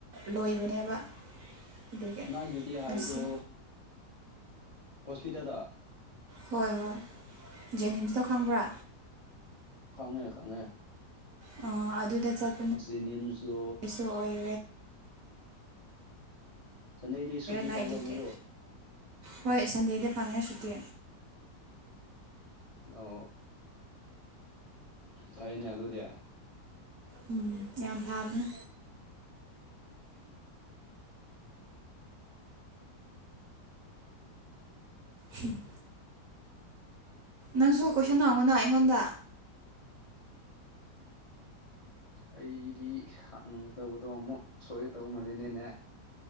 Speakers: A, on the right; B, on the left.
A: ꯂꯣꯏꯕꯅꯦꯕ ꯑꯗꯨꯒꯤ
B: ꯅꯥꯏꯠ ꯗ꯭ꯌꯨꯇꯤ ꯍꯥꯏꯕꯗꯨ
A: ꯉꯁꯤ
B: ꯍꯣꯁꯄꯤꯇꯥꯜꯗ
A: ꯍꯣꯏ ꯍꯣꯏ ꯖꯦꯅꯤꯝꯁꯇꯣ ꯈꯪꯕ꯭ꯔꯥ
B: ꯈꯪꯉꯦ ꯈꯪꯉꯦ
A: ꯑ ꯑꯗꯨꯗ ꯆꯠ
B: ꯖꯦꯅꯤꯌꯝꯁꯨ
A: ꯂꯣꯏꯔꯦ
B: ꯆꯟꯗꯦꯗꯤ ꯁꯨꯇꯤ
A: ꯅꯥꯏꯠ
B: ꯐꯪꯈ꯭ꯔꯣ
A: ꯗ꯭ꯌꯨꯇꯤ
B: ꯅꯣꯏꯁꯨ
A: ꯍꯣꯏ ꯁꯟꯗꯦꯗ ꯐꯪꯉꯦ ꯁꯨꯇꯤ
B: ꯑ ꯐꯩꯅꯦ ꯑꯗꯨꯗꯤ
A: ꯎꯝ ꯌꯥꯝ ꯐꯥꯕꯅꯦ ꯍꯝ ꯅꯪꯁꯨ ꯀꯣꯏꯁꯟ ꯍꯥꯡꯉꯨꯅ ꯑꯩꯉꯣꯟꯗ
B: ꯑꯩꯗꯤ ꯍꯥꯡꯒꯗꯧꯕꯗꯣ ꯑꯃꯨꯛ ꯁꯣꯏꯒ ꯇꯧꯃꯜꯂꯦꯅꯦꯅꯦ